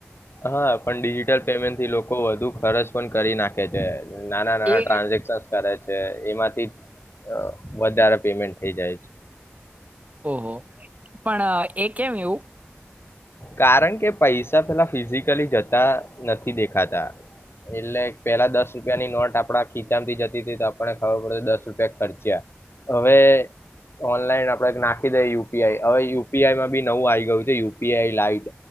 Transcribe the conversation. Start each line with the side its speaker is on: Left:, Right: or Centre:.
Left: હા, પણ ડિજિટલ પેમેન્ટ થી લોકો વધુ ખર્ચ પણ કરી નાખે છે. નાના નાના
Right: એ
Left: ટ્રાન્ઝેક્શન કરે છે. એમાંથી અહ વધારે પેમેન્ટ થઈ જાય છે.
Right: ઓહો. પણ એ કેમ એવું?
Left: કારણ કે પૈસા પેલા ફિઝિક કલી જતા નથી દેખાતા એટલે પેલા દસ રૂપિયાની નોટ આપડા ખીચામાંથી જતી હતી તો આપણને ખબર પડ દસ રૂપિયા ખર્ચયા પણ હવે ઓનલાઈન આપણે નાખ ખી દઈએ યુ પી આઈ હવે યુ પી આઈ માં નવું આવી ગયું છે યુ એ લાઈટ